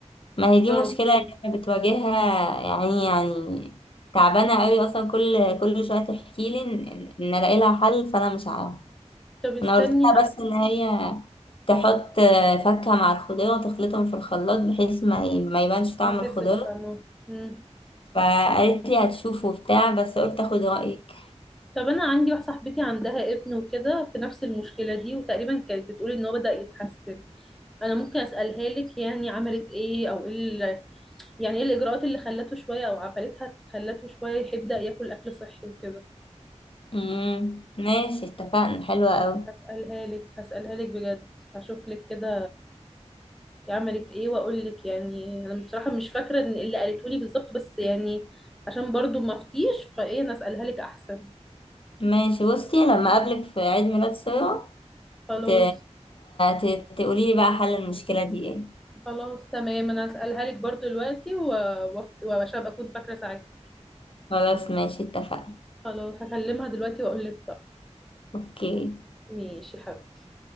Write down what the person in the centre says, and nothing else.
يا ربي
طب استني
ما
تحسش فاهمة مم.
طب أنا عندي واحدة صاحبتي عندها ابن وكده في نفس المشكلة دي وتقريبا كانت بتقول إن هو بدأ يتحسن أنا ممكن أسألها لك يعني عملت إيه أو إيه ال- يعني إيه الإجراءات اللي خلته شوية أو عملتها خلته شوية يبدأ ياكل أكل صحي وكده
هسألها لك هسألها لك بجد هشوف لك كده هي عملت إيه وأقول لك يعني أنا بصراحة مش فاكرة إن اللي قالته لي بالظبط بس يعني عشان برضو ما أفتيش فإيه أنا أسألها لك أحسن
خلاص
خلاص تمام انا هسألها لك برضو دلوقتي و- وأف- وعشان ابقى اكون فاكرة ساعتها
خلاص هكلمها دلوقتي واقول لك بقى
ماشي يا حبيبتي